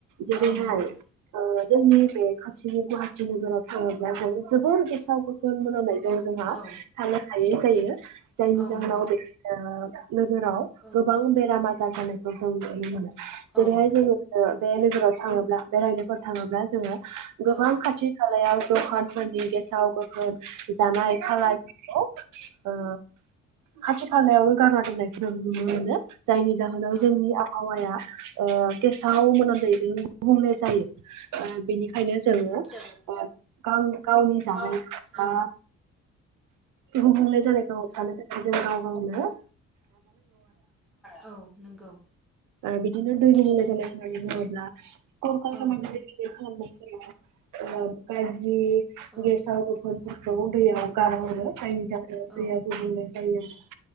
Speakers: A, on the right (about 80°); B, in the centre.
A: जेरैनो
B: औ नंगौ
A: आरो ओ जोंनि बे खाथिनि गुवाहाटि नोगोराव थाङोब्ला जों जोबोर गेसाव गोफोन मोनामनाय जों जोंहा
B: औ
A: थानो हायै जायो जायनि
B: औ
A: जाहोनाव
B: नंगौ
A: बे ओ नोगोराव
B: औ
A: गोबां बेराम आजार जानायखौ जों नुनो मोनो जेरैहाय
B: औ
A: जोङो बे नोगोराव थाङोब्ला बेरायनोफोर थाङोब्ला जोङो गोबां
B: औ
A: खाथि खालायाव द'खानफोरनि गेसाव गोफोन जानाय खालायफोरखौ ओ खाथि खालायावनो गारनानै दोननायखौ जों नुनो मोनो जायनि जाहोनाव
B: औ
A: जोंनि आबहावाया ओ गेसाव मोनामनायजोंनो गुबुंले जायो ओ बेनिखायनो जोङो
B: जों
A: ओ गाव-गावनि जानायखौ
B: गाव औ
A: बे गुबुंले जानायखौ होबथानो थाखाय जों गाव-गावनो
B: औ नंगौ
A: ओ बिदिनो दै
B: बिदिनो
A: गुबुंले जानाय होननानै बुङोब्ला कलखारखाना
B: औ
A: गिदिर-गिदिर खालामनाय जोङो ओ गाज्रि
B: औ
A: गेसाव गोफोन फोर खौ दैयाव गारहरो जायनिजाहोनाव
B: औ
A: दैया गुबुंले जायो आरोना।